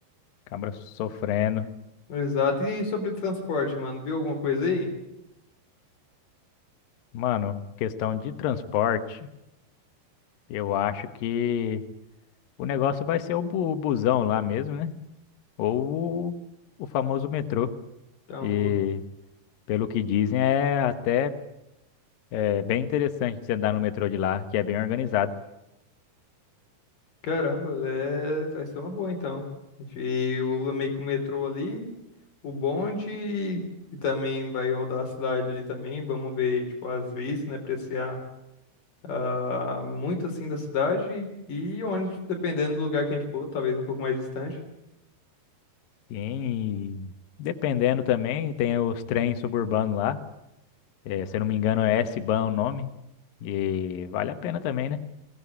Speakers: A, on the left (about 70°); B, on the left (about 45°).
A: cabra sofrendo.
B: Exato. E sobre transporte, mano, viu alguma coisa aí?
A: Mano, questão de transporte, eu acho que O negócio vai ser o bu- busão lá mesmo, né? Ou o, o famoso metrô.
B: Então,
A: E
B: eu-
A: pelo que dizem, é até é, bem interessante você andar no metrô de lá, que é bem organizado.
B: caramba, é... vai ser uma boa, então. A gente usa meio que o metrô ali, o bonde, que também vai rodar a cidade ali também. Vamos ver, tipo, as vistas, né? Apreciar. ah, muito assim da cidade e ônibus, dependendo do lugar que a gente for, talvez um pouco mais distante.
A: Sim, e dependendo também, tem os trens suburbanos lá. É, se eu não me engano, é S-Bahn o nome. E vale a pena também, né?